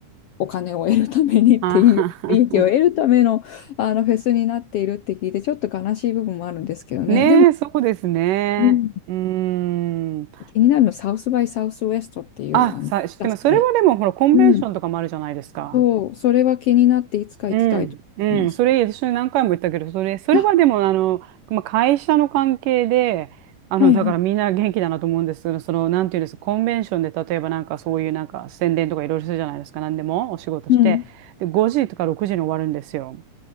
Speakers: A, on the left (about 80°); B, on the right (about 80°).
A: お金を得るためにっていう、
B: あはは
A: 利益を得るための、あのフェスになっているって聞いて、ちょっと悲しい部分もあるんですけどね。
B: ねえ、
A: でも
B: そうですね。
A: うん
B: うーん。
A: 気になるの、サウスバイサウスウエストっていう、
B: あ、
A: あの、
B: さ、知ってます。
A: 出すで。
B: それはでも、ほら、コンベンションとかもあるじゃないですか。
A: うん。そう、それは気になっていつか行きたいと思います。
B: うん、うん、それ、私何回も言ったけど、それ、それはでも、
A: あ、
B: あの、まあ、会社の関係で、あの、
A: はいはい。
B: だからみんな元気だなと思うんですけど、その、なんていうんですか、コンベンションで、例えばなんかそういうなんか宣伝とかいろいろするじゃないですか、何でもお仕事して、
A: うん。
B: で、5時とか6時に終わるんですよ。